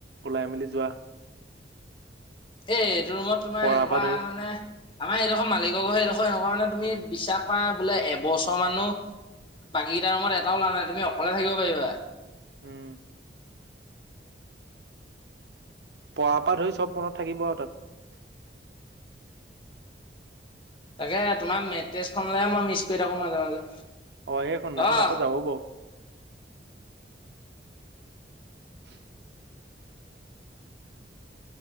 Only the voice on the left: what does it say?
এ এইটো ৰুমত তোমাৰ
এনেকুৱা
মানে। আমাৰ সেইডোখৰ মালিকৰ ঘৰ সেইডোখৰ সনে কাৰণে তুমি বিশ্বাস কৰা বোলে এবছৰ মানো বাকীকেইটাৰ ৰুমত এটাও লৱা নাই তুমি অকলে থাকিব পাৰিবা
তাকে তোমাৰ মেট্ৰজ খলেহে মই মিচ কৰি থাকো মাজে মাজে
অহ